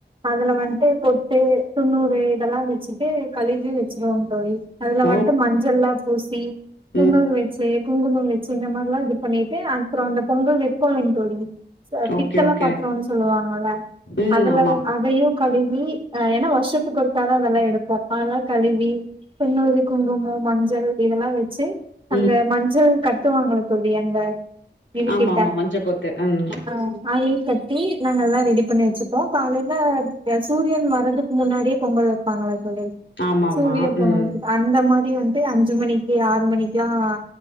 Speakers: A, on the right; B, on the left.
A: அதுல வந்துட்டு பொட்டு துண்ணூறு இதெல்லாம் வச்சுட்டு கழுவி வச்சிருவாங்க தோழி அதுல வந்துட்டு
B: ஓ
A: மஞ்சள்லா பூசி துண்ணூறு
B: ம்
A: வச்சு குங்குமம் வச்சு இந்த மாரில்லா இது பண்ணிட்டு அப்பறோ அந்த பொங்கல் வை போங் தோழி ச பித்தல
B: ஓகே ஓகே
A: பாத்தரோன்னு சொல்லுவாங்கல்ல
B: ம்
A: அதுல
B: ஆமா
A: அதையு கழுவி ஏன்னா வருஷத்துக்கு ஒருக்காதா அதெல்லா எடுப்போ அதெல்லா கழுவி துன்னூறு குங்குமம் மஞ்சள் இதெல்லா வச்சு அந்த
B: ம்
A: மஞ்சள் கட் ட்டுவாங்கல்ல தோழி அங்க இது
B: ஆமா
A: கிட்ட
B: ஆமா மஞ்சக்கோத்து ம்
A: ஆ அதையும் கட்டி நாங்க எல்லா ரெடி பண்ணி வச்சுப்போ காலையில சூரியன் வர்றதுக்கு முன்னாடியே பொங்கல் பாங்கல்ல தோழி
B: ஆமா ஆமா
A: சூரிய பொங்கல்
B: ம்
A: அந்த மாரி வந்து அஞ்சு மணிக்கு ஆறு மணிக்கு எல்லாம்